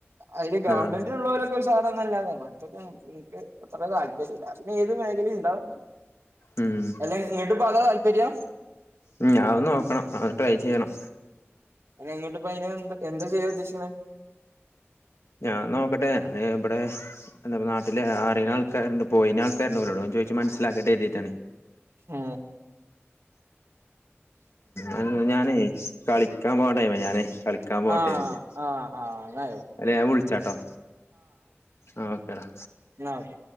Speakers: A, on the right (about 70°); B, on the left (about 70°).
A: അയ്ല് ഗവൺമെന്റ്ള്ളോരൊക്കെ
B: ആഹ്
A: ഉഷാറാവുംന്നല്ലാതെ മറ്റെത് എൻ ഇൻക്ക് അത്ര താല്പര്യല്ല അത് പിന്നെ ഏത് മേഖലെണ്ടാവും
B: ഉം
A: അല്ല ന്ന്ട്ട് ഇപ്പോ അതാ താൽപര്യം
B: ഉം അത് നോക്കണം അത് ട്രൈ ചെയ്യണം
A: അല്ല ന്ന്ട്ട് പ്പൊ അയ്ന് എന്ത് എന്താ ചെയ്യാൻ ഉദേശിക്കുന്നത്
B: ഞാൻ നോക്കട്ടെ ഞാൻഇബടെ എന്താ പ്പോ നാട്ടില് അറിയ്ണആൾക്കാര്ണ്ട് പോയിനാൾക്കാര്ണ്ട് ഓലോടൊന്ന് ചോയ്ച്ച് മനസ്സിലാക്കട്ടെ കരുതിട്ടാണ്
A: ഏ
B: ഉം ഉം ഞാനേ കളിക്കാൻ പോണ്ണ ടൈമായി ഞാനേ കളിക്കാൻ പോട്ടെ
A: ആഹ്
B: ന്ന് കരുതിട്ടാ
A: ആഹ് ആഹ് എന്നാ
B: ഞാൻ വിളിച്ചാട്ടോ ആ ഓക്കെടാ
A: ന്നൊക്കെ